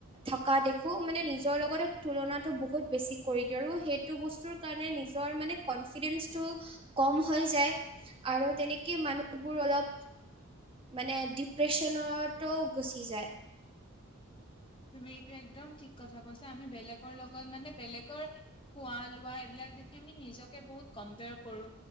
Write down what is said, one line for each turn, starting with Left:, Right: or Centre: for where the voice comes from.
Right: থকা দেখো মানে নিজৰ লগতে তুলনাত টো বহুত বেছি কৰি দিওঁ আৰু সেইটো বস্তুৰ কাৰণে নিজৰ মানে কনফিডেন্ঞ্চটো কম হৈ যায় আৰু তেনেকে মানুহবোৰ অলপ মানে ডিপ্ৰেশ্যনতো গুচি যায়
Left: তুমি এইটো একদম ঠিক কথা কৈছা আমি বেলেগৰ লগত মানে বেলেগৰ খোৱা লোৱা এইবিলাক দেখি আমি নিজকে বহুত কম্পেয়াৰ কৰো